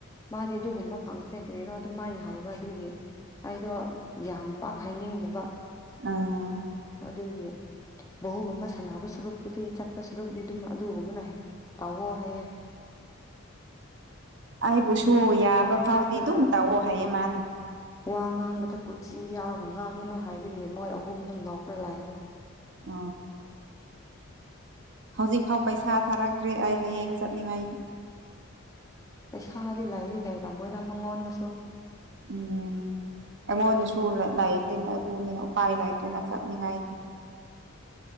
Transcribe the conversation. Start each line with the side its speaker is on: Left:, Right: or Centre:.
Left: ꯃꯥꯗꯤ ꯑꯗꯨꯒꯨꯝꯕ ꯐꯪꯈ꯭ꯔꯦ ꯀꯔꯤꯒꯤꯅꯣ ꯑꯗꯨ ꯃꯥꯏꯅ ꯍꯥꯏꯕ ꯑꯗꯨꯒꯤ ꯑꯩꯗꯣ ꯌꯥꯝ ꯄꯥꯛꯈꯥꯏꯅꯤꯡꯗꯕ
Right: ꯑꯥ
Left: ꯑꯗꯨꯒꯤ ꯕꯣꯜꯒꯝꯕꯥ ꯁꯥꯟꯅꯕ ꯁꯔꯨꯛꯄꯨꯗꯤ ꯆꯠꯄ ꯁꯔꯨꯛꯇꯗꯤ ꯑꯗꯨꯝ ꯑꯗꯨꯒꯨꯝꯕꯅ ꯍꯦꯟ ꯇꯧꯑꯣ ꯍꯥꯏꯌꯦ
Right: ꯑꯩꯕꯨꯁꯨ ꯌꯥꯕ
Left: ꯋꯥ ꯉꯥꯡꯕꯗ
Right: ꯐꯥꯎꯗꯤ ꯑꯗꯨꯝ ꯇꯧꯑꯣ ꯍꯥꯏꯌꯦ ꯃꯥꯅ
Left: ꯋꯥ ꯉꯥꯡꯕꯗ ꯀꯨꯆꯤ ꯌꯥꯎꯔꯒ ꯉꯥꯡꯒꯅꯨ ꯍꯥꯏꯕꯒꯤ ꯃꯣꯏ ꯑꯍꯨꯝꯗ ꯅꯣꯛꯈ꯭ꯔ ꯂꯥꯛꯏꯦ
Right: ꯑ ꯍꯧꯖꯤꯛꯐꯥꯎ ꯄꯩꯁꯥ ꯊꯥꯔꯛꯇ꯭ꯔꯦ ꯑꯩ ꯍꯌꯦꯡ ꯆꯠꯅꯤꯡꯉꯥꯏꯒꯤ
Left: ꯄꯩꯁꯥꯗꯤ ꯂꯩꯗꯤ ꯂꯩꯔꯝꯃꯣꯏꯗ ꯃꯉꯣꯟꯗꯁꯨ
Right: ꯎꯝ ꯑꯉꯣꯟꯅ ꯁꯨ ꯂꯩ ꯂꯩꯗꯤ ꯑꯗꯨꯅꯤ ꯑꯣꯄꯥꯏ ꯂꯥꯏꯇꯅ ꯆꯠꯅꯤꯡꯉꯥꯏꯗꯤ